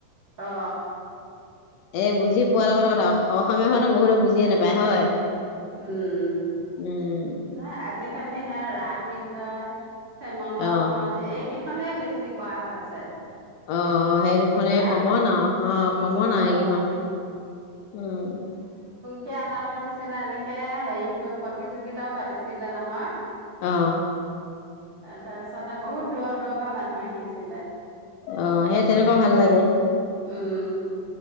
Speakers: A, on the right (about 45°); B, on the left (about 80°).
A: অ
B: এ' বুজি পোৱাৰ লগতে কথা <unintelligible> অসমীয়া ভাওনা বহুতে বুজিয়ে নাপায় হয়।
A: উম,
B: উম
A: ন আজি কালি সেয়া ৰাম বিজয় চেমন্ত
B: অ
A: হন এই কি খনে বেছি কৰা হৈছে।
B: অ', সেই দুখনে
A: হয়নে
B: কমন আৰু, অ'
A: উম
B: কমন আৰু
A: কমনে
B: সেইকিখন। উম।
A: কিয় নাটৰ নি নিচিনা এনেকে হেৰি কৰি প্ৰতিযোগিতাও পাতিছিলে নহয়।
B: অহ'।
A: তাৰপিছতে বহুত দূৰৰ, দূৰৰ পৰা মানুহ আহিছিলে।
B: অ', সেই তেনেকুৱা
A: তেনেকে
B: ভাল লাগে।
A: উম।